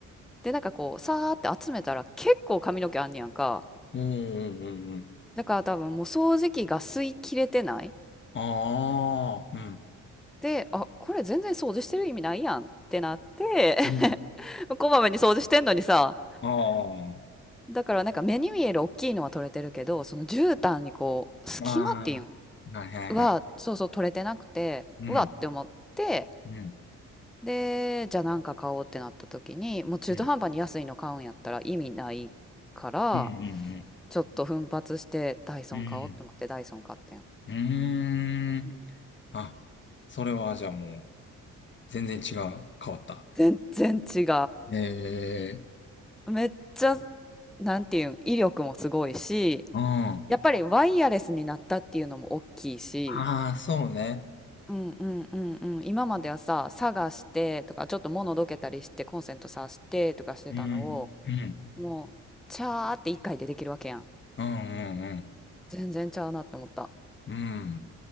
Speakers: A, in the centre; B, on the left.
A: でなんかこう、さーって集めたら結構髪の毛あんねやんか。
B: うんうん。
A: だから多分もう掃除機が吸い切れてない。
B: ああ、うん。
A: で、あ、これ全然掃除してる意味ないやんってなって
B: うん。
A: <laughs> こまめに掃除してんのにさ、
B: あ
A: だからなんか目に見える大きいのは取れてるけど、その絨毯にこう、隙間っていうん
B: あ、ああ、はいはいはい。
A: は、そうそう取れてなくて、
B: うん。
A: うわって思って、
B: うん。
A: で、じゃあなんか買おうってなった時に、もう中途半端に安いの買うんやったら意味ないから、
B: うん。うんうんうん
A: ちょっと奮発してダイソン買おうって思ってダイソン買ってん。
B: うん。うーん。
A: うん。
B: あ、それはじゃあもう、全然違う。変わった。
A: 全然違
B: ええ、
A: う。めっちゃ、なんていうん、威力もすごいし、
B: うん。あ
A: やっぱりワイヤレスになったっていうのも大きいし、
B: あ、そうね。
A: うんうんうんうん。今まではさ、探してとか、ちょっと物どけたりして、コンセント挿してとかしてたのを、
B: うん、うん、
A: もう、チャーって一回でできるわけやん。
B: うん、うん、うん。
A: 全然ちゃうなって思った。
B: うん